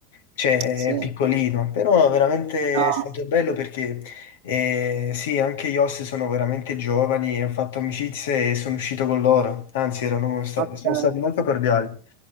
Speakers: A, on the left; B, on the right.
A: cioè
B: Sì,
A: è piccolino, però veramente
B: no,
A: è stato bello perché eh, sì, anche gli host sono veramente giovani, e ho fatto amicizie e sono uscito con loro, anzi erano stati,
B: okay,
A: sono stati molto cordiali.